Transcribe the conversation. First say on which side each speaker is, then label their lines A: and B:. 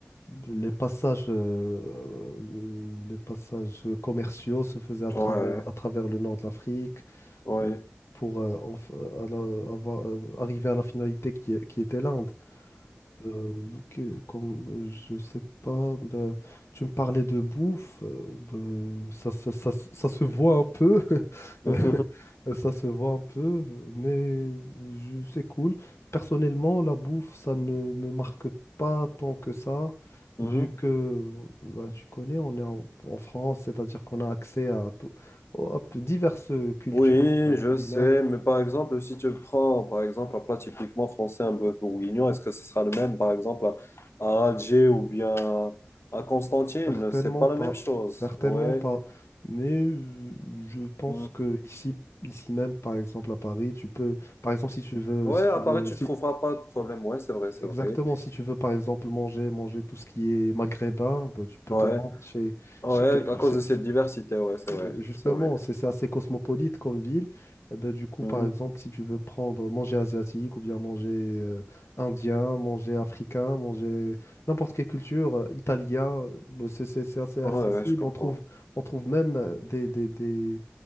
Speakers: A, on the left; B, on the left.
A: les passages, euh, les passages commerciaux se faisaient à
B: ouais,
A: travers, à travers le nord de l'Afrique
B: ouais,
A: euh, pour euh, enf- euh, à la- avoir- euh, arriver à la finalité qui, est- qui était l'Inde. Euh, que comme euh, je sais pas, ben, tu me parlais de bouffe, euh, ben, ça, ça, ça, se ça se voit un peu,
B: ouais.
A: <laughs> Euh, ça se voit un peu, mais je- c'est cool. Personnellement, la bouffe, ça ne me marque pas tant que ça,
B: <laughs>
A: vu que bah, tu connais, on est en, en France, c'est-à-dire qu'on a accès à, tout, à diverses cultures
B: Oui,
A: euh, culinaires.
B: je sais, mais par exemple, si tu prends par exemple un plat typiquement français, un bœuf bourguignon, est-ce que ce sera le même par exemple à, à Alger ou bien à Constantine?
A: Certainement
B: C'est pas
A: pas,
B: la même chose.
A: certainement
B: Ouais,
A: pas. Mais euh, je pense
B: Hmm.
A: que ici, ici même, par exemple à Paris, tu peux, par exemple, si tu veux,
B: ouais,
A: si
B: à
A: tu
B: Paris,
A: veux,
B: tu
A: si-
B: trouveras pas de problème. Ouais, c'est vrai, c'est
A: exactement,
B: vrai.
A: si tu veux, par exemple, manger, manger tout ce qui est maghrébin, bah, tu peux
B: Ouais,
A: te rendre chez,
B: ouais,
A: chez, quel-
B: à cause
A: chez-
B: de cette
A: chez
B: diversité, ouais, c'est
A: euh,
B: vrai,
A: justement,
B: c'est vrai.
A: c'est c'est assez cosmopolite comme ville. Eh ben, du coup,
B: Mhm.
A: par exemple, si tu veux prendre manger asiatique ou bien manger euh, indien, manger africain, manger n'importe quelle culture, euh, italien, euh, bah, c'est c'est- c'est assez
B: Ouais,
A: accessible.
B: ouais, je comprends.
A: On trouve, on trouve même euh, des, des, des-